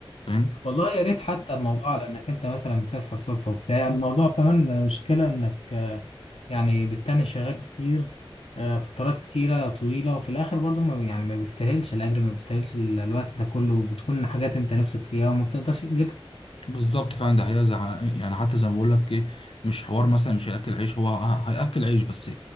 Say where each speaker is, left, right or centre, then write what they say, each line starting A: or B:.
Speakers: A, on the left; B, on the left.
A: فاهم
B: والله يا ريت حتى الموضوع على انك انت مثلا بتصحى الصبح وبتاع الموضوع كمان مشكلة انك آه، يعني بالتاني شغال كتير آه، فترات كتيرة طويلة وفي الاخر برضو ما يعني ما بيستاهلش الاجر ما بيستاهلش ال- الوقت ده كله بتكون حاجات انت نفسك فيها وما بتقدرش تجيبها
A: بالظبط فعلا ده هي يعني حتى زي ما بقول لك ايه مش حوار مثلا مش هياكل عيش هو ه- هياكل عيش بس